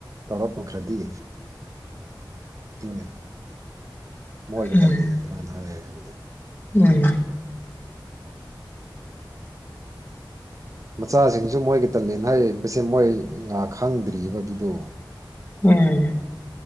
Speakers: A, on the right; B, on the left.
A: ꯇꯧꯔ ꯐꯪꯈ꯭ꯔꯗꯤ ꯇꯨꯅꯦ ꯃꯣꯏꯒꯤ
B: ꯎꯝ
A: ꯇꯂꯦꯟ ꯑꯗꯨꯃꯥꯏꯅ ꯍꯥꯏꯔꯒꯗꯤ
B: ꯎꯝ
A: ꯃꯆꯥꯁꯤꯡꯁꯨ ꯃꯣꯏꯒꯤ ꯇꯂꯦꯟ ꯍꯥꯏꯔꯤꯕꯁꯦ ꯃꯣꯏ ꯉꯥ ꯈꯪꯗ꯭ꯔꯔꯤꯕ ꯑꯗꯨꯗꯣ
B: ꯎꯝ